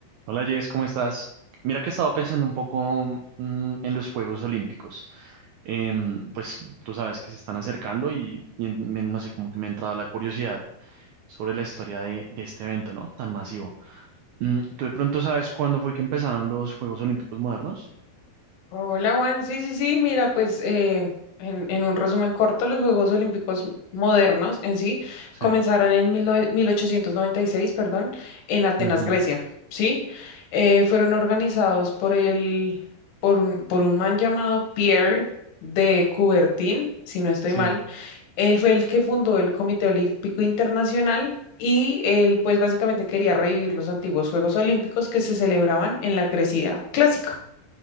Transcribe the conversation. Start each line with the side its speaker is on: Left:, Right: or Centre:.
Right: Hola Jess, ¿cómo estás? Mira que estaba pensando un poco mm, en los Juegos Olímpicos. Em, pues tú sabes que se están acercando y, y en- me- no sé, como que me ha entrado la curiosidad sobre la historia de, de este evento, ¿no? Tan masivo. Mm, ¿tú de pronto sabes cuándo fue que empezaron los Juegos Olímpicos modernos?
Left: Hola Juan, sí, sí, sí, mira, pues eh, en, en un resumen corto, los Juegos Olímpicos modernos en sí
Right: Sí.
Left: comenzaron en mil mil nove mil ochocientos noventa y seis perdón, en Atenas,
Right: Ujú,
Left: Grecia, ¿sí? Eh, fueron organizados por el, por un, por un man llamado Pierre de Coubertin, si no estoy
Right: Sí.
Left: mal. Él fue el que fundó el Comité Olímpico Internacional y él pues básicamente quería revivir los antiguos Juegos Olímpicos que se celebraban en la Grecia clásica.